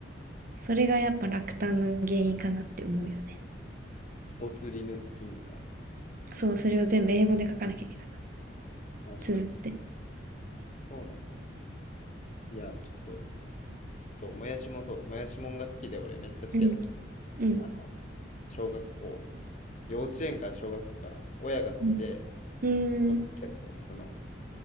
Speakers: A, on the right (about 50°); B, on the left (about 40°).
A: それがやっぱ落胆の原因かなって思うよね。
B: ボツリヌス菌とか、
A: そう、それを全部英語で書かなきゃいけなかった。
B: マジか。
A: 綴って。
B: そうなんや。いや、ちょっと、そう、もやしもそう、もやしもんが好きで、俺めっちゃ好きやったね。
A: うん。うん。
B: あの、小学校、幼稚園から小学校かな。親が好きで、
A: うん。うーん。
B: 俺も好きやってん。その、